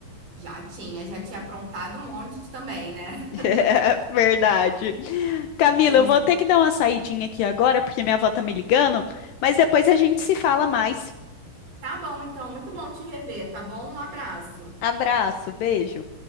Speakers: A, on the right (about 40°); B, on the left (about 70°).
A: Já tinha, já tinha aprontado um monte também, né?
B: <laughs> Verdade. Camila,
A: É isso.
B: eu vou ter que dar uma saidinha aqui agora, porque minha avó tá me ligando, mas depois a gente se fala mais.
A: Tá bom, então, muito bom te rever, tá bom? Um abraço.
B: Abraço, beijo.